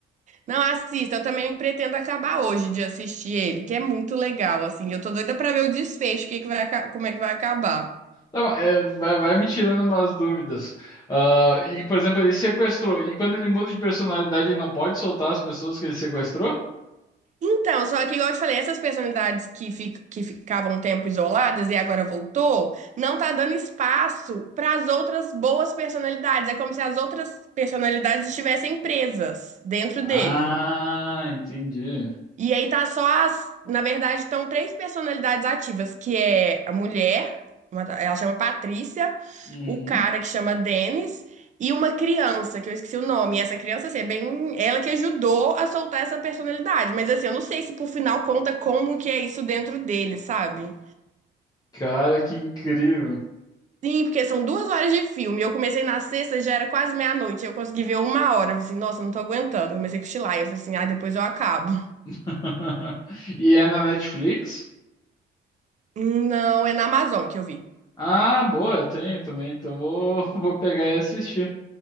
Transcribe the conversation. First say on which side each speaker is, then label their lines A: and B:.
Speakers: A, on the right (about 40°); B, on the left (about 20°).
A: Não, assista, eu também pretendo acabar hoje de assistir ele, que é muito legal, assim. Eu tô doida pra ver o desfecho, o que é que vai, aca- como é que vai acabar.
B: Tá bom, é, vai, vai me tirando umas dúvidas. Ah, e, por exemplo, ele sequestrou. E quando ele muda de personalidade, ele não pode soltar as pessoas que ele sequestrou?
A: Então, só que, igual eu te falei, essas personalidades que, fi- que ficavam um tempo isoladas e agora voltou, não tá dando espaço para as outras boas personalidades. É como se as outras personalidades estivessem presas dentro
B: Ah,
A: dele.
B: entendi.
A: E aí tá só as, na verdade, estão três personalidades ativas, que é a mulher, uma- ela chama Patrícia,
B: Uhum.
A: o cara que chama Denis e uma criança, que eu esqueci o nome. E essa criança, assim, é bem ela que ajudou a soltar essa personalidade, mas assim, eu não sei se por final conta como que é isso dentro dele, sabe?
B: Cara, que incrível.
A: Sim, porque são duas horas de filme. Eu comecei na sexta, já era quase meia-noite. Eu consegui ver uma hora. Eu falei assim, nossa, não tô aguentando. Comecei a cochilar. Eu falei assim, ah, depois eu acabo.
B: <laughs> E é na Netflix?
A: Não, é na Amazon que eu vi.
B: Ah, boa, eu tenho também. Então vou, <laughs> vou pegar e assistir.